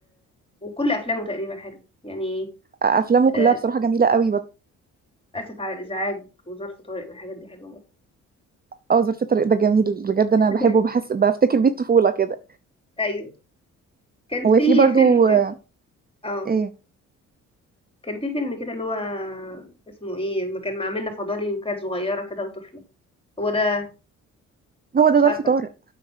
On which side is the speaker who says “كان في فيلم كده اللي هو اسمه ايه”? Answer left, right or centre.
Left